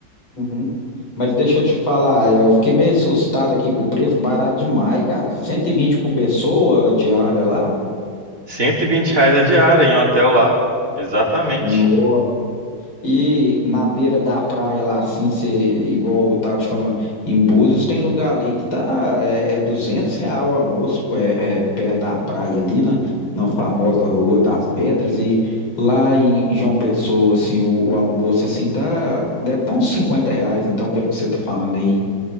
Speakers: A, on the left; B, on the right.
A: uhum. Mas deixa eu te falar, eu fiquei meio assustado aqui com o preço, barato demais, cara. 120 por pessoa diária lá?
B: cento e vinte reais a diária em um hotel lá. Exatamente.
A: Nossa. E na beira da praia lá, assim, você, igual eu tava te falando, em Búzios tem lugar ali que tá, é, é 200 real o almoço, é, é perto da praia ali, na, na famosa Rua das Pedras, e lá em João Pessoa, assim, o, o almoço, assim, tá, deve estar uns 50 reais, então, pelo que você tá falando aí.